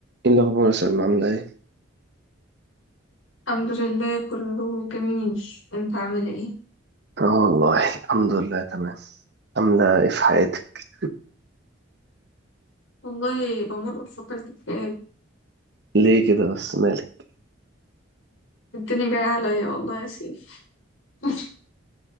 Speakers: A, on the right (about 55°); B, on the left (about 75°).
A: ايه الاخبار يا سلمى عامله ايه
B: الحمد لله كله جميل انت عامل ايه
A: اه والله الحمد لله تمام عامله ايه في حياتك
B: والله بمر بفترة اكتئاب
A: ليه كده بس مالك
B: الدنيا جاية عليا والله يا سيف <laughs>